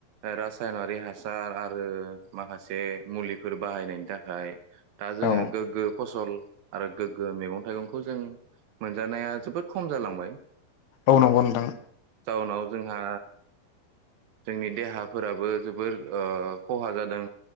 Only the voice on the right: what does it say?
राज रासायनारि हासार आरो माखासे मुलिफोर बाहायनायनि थाखाय दा जोङो
गोग्गो फसल आरो गोग्गो मैगं थाइगंखौ जों मोनजानाया जोबोद खम जालांबाय
जाउनाव जोंहा जोंनि देहाफोराबो जोबोर ओ खहा जादों